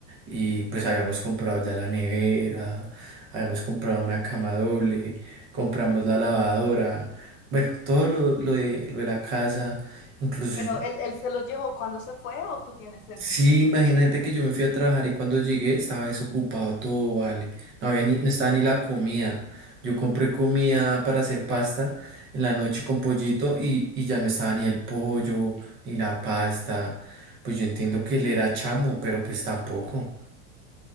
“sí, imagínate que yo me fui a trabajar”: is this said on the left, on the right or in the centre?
Right